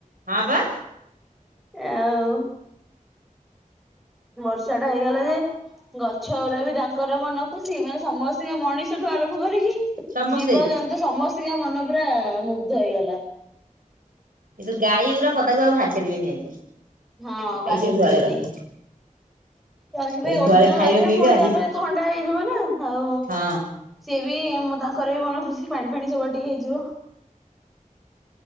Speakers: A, on the right; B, in the centre.
A: ହଁ ପା।
B: ଆଉ ବର୍ଷାଟା ହେଇଗଲା ଯେ ଗଛ ଉରା ବି ତାଙ୍କର ମନ ଖୁସି ମାନେ ସମସ୍ତିଙ୍କ ମଣିଷଠୁ ଆରମ୍ଭ କରିକି
A: ସମସ୍ତେ
B: ଜୀବଜନ୍ତୁ ସମସ୍ତିଙ୍କ ମନ ପୁରା ମୁଗ୍ଧ ହେଇଗଲା।
A: ଏତ ଗାଈ ଉରା ପଦାକୁ ଆଉ ଭାରି ପାରିବେନି ଆଜି।
B: ହଁ
A: ଗାଈ
B: ବାହାରି
A: ସେ ଗୁହାଳେ
B: ପାରିବେନେଇ।
A: ରହିବେ
B: ରହିବେ
A: ଏ
B: ଗୋଟେ
A: ଗୁହାଳେ
B: ଦିନ
A: ଖାଇବେ
B: ରହିବେ
A: ପିଇବେ
B: ପୁଣି
A: ଆଜି
B: ତାପରେ ଥଣ୍ଡା ହେଇଯିବ ନାଁ ଆଉ
A: ହଁ
B: ସିଏ ବି ମୁଁ ତାଙ୍କର ବି ମନ ଖୁସି ପାଣି ଫାଣି ସବୁଆଡେ ଟିକେ ହେଇଯିବ।